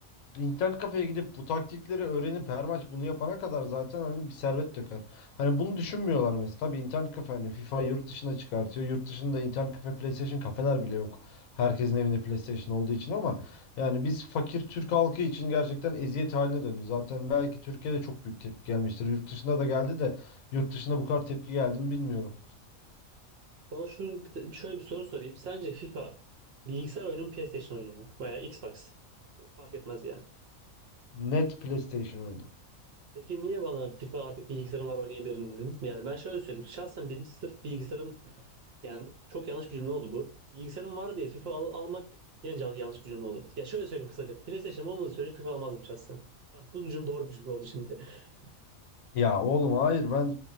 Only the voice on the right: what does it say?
Bana şu bir te- şöyle bir soru sorayım. Sence FIFA bilgisayar oyunu mu PlayStation oyunu mu? Veya Xbox? Fark etmez yani.
Peki niye bana FIFA artık bilgisayarım var oynayabilirim dedin? Yani ben şöyle söyleyeyim. Şahsen birinci sınıf bilgisayarım Yani çok yanlış bir cümle oldu bu. Bilgisayarım var diye FIFA al- almak yine can- yanlış bir cümle oldu. Ya şöyle söyleyeyim kısaca. PlayStation olmadığı sürece FIFA almazdım şahsen. Bak, bu cümle doğru bir cümle oldu şimdi. <laughs>